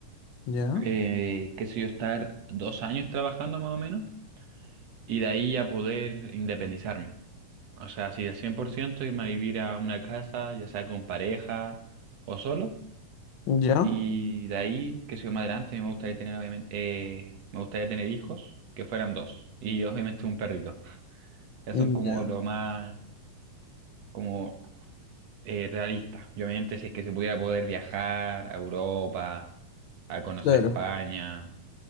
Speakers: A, on the left; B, on the right.
A: Ya,
B: eh, qué sé yo, estar dos años trabajando más o menos, y de ahí ya poder independizarme. O sea, así al 100% irme a vivir a una casa, ya sea con pareja o solo,
A: ya,
B: Y de ahí, qué sé yo, más adelante, a mí me gustaría tener, obviamente, eh, me gustaría tener hijos que fueran dos. Y obviamente un perrito. Ya
A: ya.
B: son como lo más, como eh, realista. Y obviamente si es que se pudiera poder viajar a Europa, a conocer
A: Claro,
B: España,